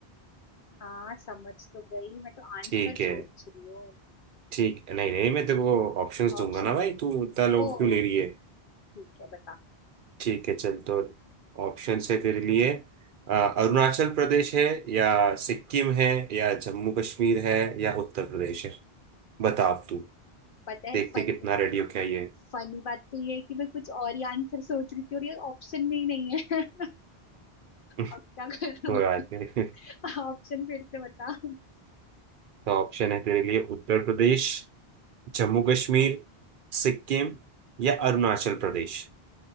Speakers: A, on the left; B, on the right.
A: हाँ समझ तो गई मैं तो आंसर
B: ठीक
A: सोच
B: है
A: रही हूँ
B: ठीक नहीं नहीं मैं तेरे को ऑप्शंस दूंगा
A: ऑप्शन
B: ना भाई तू इतना लोग
A: ओ
B: क्यों ले रही है
A: ठीक है बता
B: ठीक है चल तो ऑप्शन है तेरे लिए अ, अरुणाचल प्रदेश है या सिक्किम है या जम्मू कश्मीर है या उत्तर प्रदेश है बता अब तू
A: पता है
B: देखते
A: फन
B: कितना रेडी हो क्या ये
A: फनी बात तो ये है कि मैं कुछ और ही आंसर सोच रही थी और ये ऑप्शन में ही नहीं है <laughs>
B: <laughs>
A: अब क्या करूँ
B: कोई बात नहीं <laughs>
A: <laughs> ऑप्शन फिर से बता
B: तो ऑप्शन है तेरे लिए उत्तर प्रदेश जम्मू कश्मीर सिक्किम या अरुणाचल प्रदेश